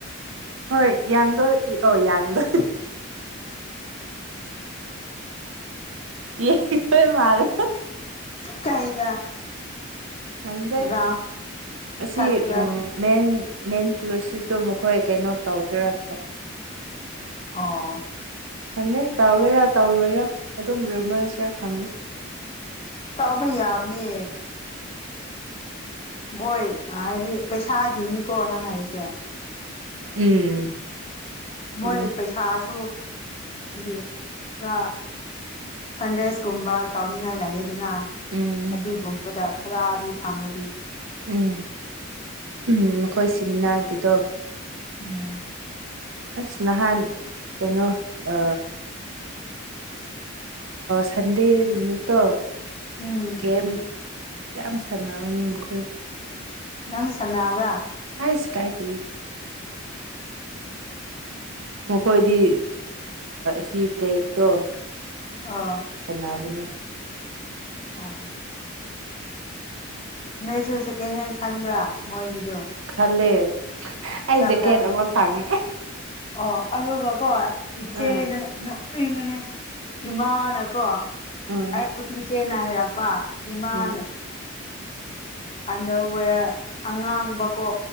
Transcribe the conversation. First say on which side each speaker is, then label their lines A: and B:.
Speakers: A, on the right; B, on the left.
A: ꯍꯣꯏ ꯌꯥꯡꯗꯣ ꯌꯥꯡꯗ ꯌꯦꯡꯗꯥꯏ ꯃꯂꯦ
B: ꯀꯥꯏꯗ
A: ꯍꯪꯗ
B: ꯒ꯭ꯔꯥꯎꯟ ꯃꯊꯛꯇꯔꯥ
A: ꯑꯁꯤꯁꯤ ꯎꯝ ꯃꯦꯟꯦꯟ ꯃꯦꯟ ꯐ꯭ꯂꯨꯁꯤꯞꯇꯣ ꯃꯈꯣꯏ ꯀꯩꯅꯣ ꯇꯧꯒꯦꯔꯥ ꯈꯜꯂꯤꯂꯦ
B: ꯑꯣ
A: ꯈꯟꯗꯦ ꯇꯧꯒꯦꯔꯥ ꯇꯧꯔꯣꯏꯔꯥ ꯑꯗꯨꯝ ꯔꯤꯃꯔꯁꯔ ꯈꯪꯗꯦ
B: ꯇꯥꯎꯕꯩ ꯌꯥꯕꯅꯦ ꯍꯚꯣꯏ ꯍꯥꯏꯗꯤ ꯄꯩꯁꯥꯒꯤꯅꯤꯀꯣ ꯅꯪ ꯑꯩꯁꯦ
A: ꯎꯝ ꯑꯗꯨꯅꯦ
B: ꯃꯣꯏ ꯄꯩꯁꯥꯁꯨ ꯍꯥꯏꯗꯤ ꯈꯔ ꯐꯟꯗ꯭ꯔꯦꯁ ꯒꯨꯝꯕ ꯇꯧꯅꯤꯡꯉꯥꯏ ꯂꯥꯏ ꯑꯗꯨꯅ
A: ꯎꯝ
B: ꯑꯗꯨꯒꯨꯝꯕꯗ ꯈꯔꯗꯤ ꯐꯪꯕꯗꯤ
A: ꯎꯝ ꯎ ꯃꯈꯣꯏ ꯁꯤꯃꯤꯅꯥꯔꯒꯤꯗꯣ
B: ꯎꯝ
A: ꯑꯁ ꯅꯍꯥꯟ ꯀꯩꯅꯣ ꯑ ꯁꯟꯗꯦ ꯃꯤꯠꯇ
B: ꯎꯝ
A: ꯒꯦꯝ ꯌꯥꯝ ꯁꯥꯟꯅꯕꯅꯤ ꯃꯈꯣꯏ
B: ꯅꯪ ꯁꯅꯥꯅꯕ꯭ꯔꯥ
A: ꯑꯥꯏꯁ ꯀꯥꯏ ꯇ ꯃꯈꯣꯏꯗꯤ ꯁꯤ ꯗꯦꯛꯇꯣ
B: ꯑꯥ
A: ꯁꯥꯟꯅꯕꯅꯦ
B: ꯑꯣ ꯅꯣꯏꯁꯨ ꯁꯦꯀꯦꯟ ꯍꯦꯟ ꯈꯟꯕ꯭ꯔꯥ ꯃꯣꯏꯒꯤꯗꯣ
A: ꯈꯜꯂꯦ ꯑꯩ
B: ꯆꯥꯕ
A: ꯖꯦꯀꯦꯠ
B: ꯇꯥꯕ
A: ꯑꯃ ꯐꯪꯉꯦ
B: ꯑꯣ ꯑꯗꯨꯒ ꯀꯣ ꯏꯆꯦꯅ
A: ꯎꯝ
B: ꯅꯦ ꯏꯃꯥꯅꯀꯣ
A: ꯎꯝ
B: ꯑꯩ ꯏꯆꯦꯅ ꯍꯥꯏꯔꯛꯄ ꯏꯃꯥꯟ
A: ꯎꯝ
B: ꯑꯟꯗꯔꯋꯦꯌꯔ ꯑꯉꯥꯡꯕꯀꯣ